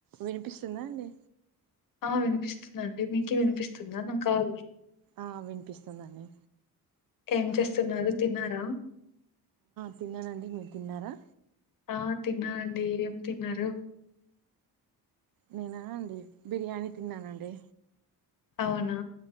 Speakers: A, on the right; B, on the left.
A: వినిపిస్తుందా అండి
B: ఆ వినిపిస్తుందిండి మీకు వినిపిస్తుందా నా కాల
A: ఆ వినిపిస్తుందండి
B: ఏం చేస్తున్నారు తిన్నారా
A: తిన్నానండి మీరు తిన్నారా
B: ఆ తిన్నానండి ఏం తిన్నారు
A: నేనా అండి బిర్యానీ తిన్నానండి
B: అవునా